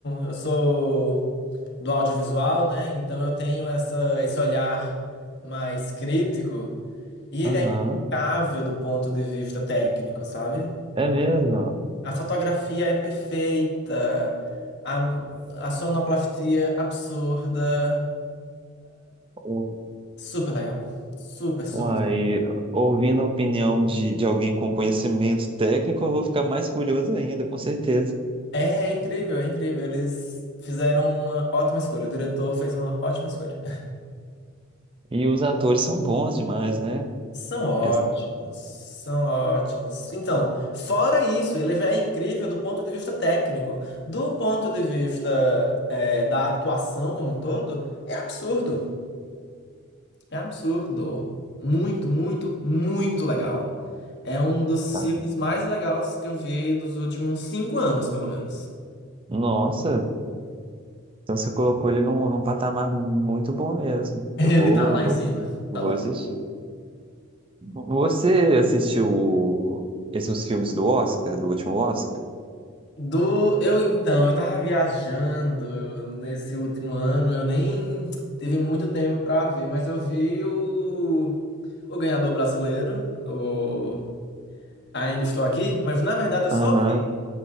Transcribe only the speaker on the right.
Aham,
é mesmo.
U-
Uai, ouvindo a opinião de, de alguém com conhecimento técnico, eu vou ficar mais curioso ainda, com certeza.
E os atores são bons demais, né?
Essa-
ah,
Nossa. Então você colocou ele num, num patamar muito bom mesmo.
Eu vou,
vou,
vou
assistir. Você assistiu o- esses filmes do Oscar, do último Oscar?
Aham.